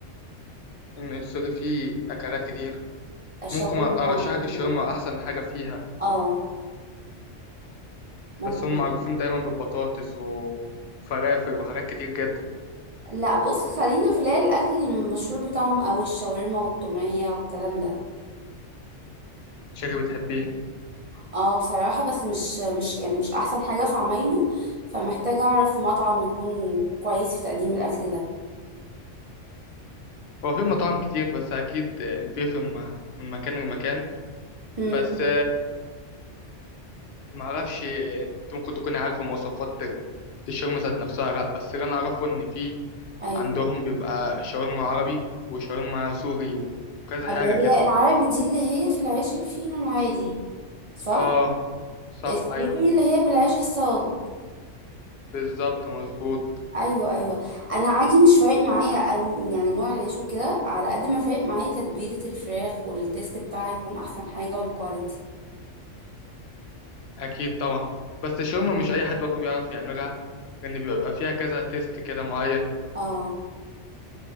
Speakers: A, on the left; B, on the right.
A: إن السوري فيه أكلات كتير
B: الشاورما
A: ممكن أرشحك
B: ال-
A: الشاورما أحسن حاجة فيها
B: اه ممكن
A: بس هم معروفين دايما بالبطاطس وفرافل وحاجات كتير جدا
B: لا بص خلينا في اللي هي الأكل المشهور بتاعهم أوي الشاورما والتومية والكلام ده
A: شكلك بتحبيه
B: اه بصراحة بس مش مش يعني مش أحسن حاجة في عمايله فمحتاجة أعرف مطعم يكون كويس في تقديم الأكل ده
A: هو في مطاعم كتير بس أكيد بيفرق مع- من مكان لمكان
B: امم
A: بس معرفش انت ممكن تكون عارف مواصفات الشاورما ذات نفسها لا بس اللي انا اعرفه ان في
B: أيوه
A: عندهم بيبقى شاورما عربي وشاورما سوري وكذا
B: اللي
A: حاجة
B: هي
A: كده
B: العربي دي اللي هي في العيش الفينو العادي صح
A: اه صح
B: السوري
A: ايوه
B: اللي هي بالعيش الصاج
A: بالظبط مظبوط
B: ايوه ايوه انا عادي مش فارق معايا أن يعني نوع العيش وكده على قد ما فارق معايا تتبيله الفراخ والتيست بتاعها يكون احسن حاجه والكواليتي
A: اكيد طبعا بس الشاورما مش اي حد برضه بيعرف يعملها لان بيبقى فيها كذا تيست كده معين
B: اه